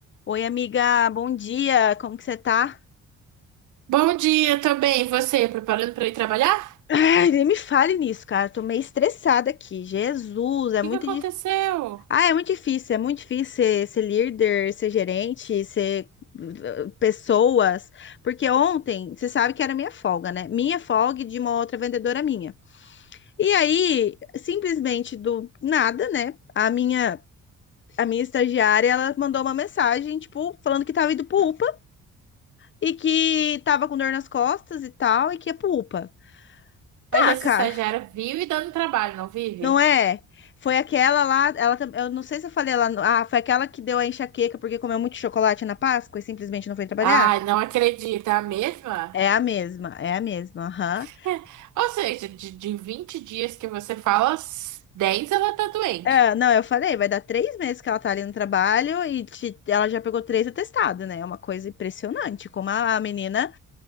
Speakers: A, on the left; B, on the right.
A: Oi, amiga, bom dia, como que você tá?
B: Bom dia também, você preparando para ir trabalhar? O
A: Ai, nem me fale nisso, cara, tô meio estressada aqui. Jesus, é
B: que
A: muito
B: que aconteceu?
A: difícil. Ah, é muito difícil, é muito difícil ser, ser líder, ser gerente, ser uh, pessoas. Porque ontem, você sabe que era minha folga, né? Minha folga e de uma outra vendedora minha. E aí, simplesmente do nada, né? A minha. A minha estagiária, ela mandou uma mensagem, tipo, falando que tava indo pro UPA e que tava com dor nas costas e tal, e que ia pro UPA. Tá,
B: Mas essa
A: cara,
B: estagiária vive dando trabalho, não vive?
A: não é? Foi aquela lá, ela, tam- eu não sei se eu falei lá, no- ah, foi aquela que deu a enxaqueca porque comeu muito chocolate na Páscoa e simplesmente não foi trabalhar?
B: Ai, não acredito, é a mesma?
A: É a mesma, é a mesma, aham.
B: <laughs> Ou seja, de, de 20 dias que você fala, 10 ela tá doente.
A: É, não, eu falei, vai dar três meses que ela tá ali no trabalho e te- ela já pegou três atestados, né? É uma coisa impressionante, como a, a menina.